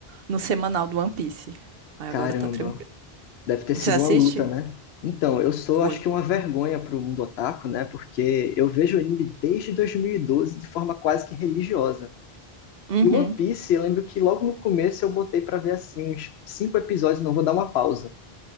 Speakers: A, on the right; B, on the left.
A: no semanal do One Piece. Aí
B: Caramba.
A: agora tá tranquilo.
B: Deve ter
A: Você
B: sido
A: assiste?
B: uma luta, né? Então, eu sou,
A: Foi.
B: acho que, uma vergonha para o mundo otaku, né? Porque eu vejo anime desde 2012 de forma quase que religiosa.
A: Uhum,
B: E One Piece, eu lembro que logo no começo eu botei para ver, assim, uns cinco episódios, não vou dar uma pausa.